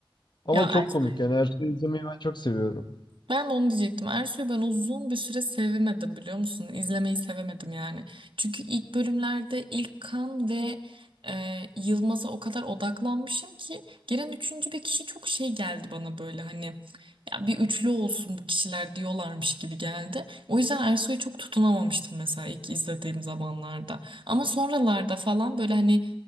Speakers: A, on the left (about 55°); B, on the right (about 70°).
A: Ama
B: Ya
A: çok
B: Ersoy'u
A: komik yani Ersoy'u izlemeyi ben çok seviyorum.
B: ben de onu diyecektim. Ersoy'u ben uzun bir süre sevemedim biliyor musun? İzlemeyi sevemedim yani. Çünkü ilk bölümlerde ilk kan ve e, Yılmaz'a o kadar odaklanmışım ki gelen üçüncü bir kişi çok şey geldi bana böyle hani ya bir üçlü olsun bu kişiler diyorlarmış gibi geldi. O yüzden Ersoy'u çok tutunamamıştım mesela ilk izlediğim zamanlarda. Ama sonralarda falan böyle hani